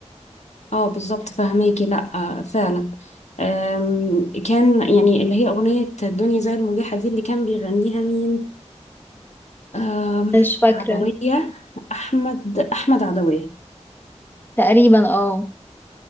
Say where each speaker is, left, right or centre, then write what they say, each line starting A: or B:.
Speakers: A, on the left; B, on the left.
A: اه بالظبط فاهماكي لا آه فعلا آم، كان يعني اللي هي اغنيه الدنيا زي المريحه دي اللي كان بيغنيها مين آم،
B: مش فاكرة
A: عدويه احمد احمد عدويه
B: تقريبا اه